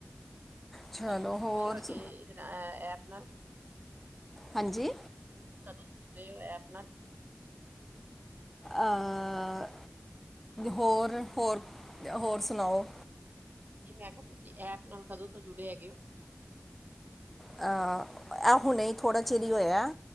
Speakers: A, in the centre; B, on the right.
A: ਚਲੋ
B: ਕਦੋਂ ਤ
A: ਹੋਰ
B: ਖੜੇ ਹੋ ਗ
A: ਸ-
B: ਇਹਦੇ <unintelligible> ਨਾਲ ਐ ਆਪ ਨਾਲ
A: ਹਾਂਜੀ।
B: ਕਦੋਂ ਤੋਂ ਜੁੜੇ ਹੋਇਆ ਆਪਣਾ <unintelligible> ਐਪ ਨਾਲ
A: ਅਅਅਅ ਹੋਰ, ਹੋਰ, ਹੋਰ ਸੁਣਾਓ।
B: ਨੀ ਮੈਂ ਕਿ ਆ ਤੁਸੀਂ ਐਪ ਨਾਲ ਕਦੋਂ ਤੋਂ ਜੁੜੇ ਹੈਗੇ ਔ।
A: ਅ ਐ ਹੁਣੇ ਥੋੜ੍ਹਾ ਚਿਰ ਈ ਹੋਇਆ।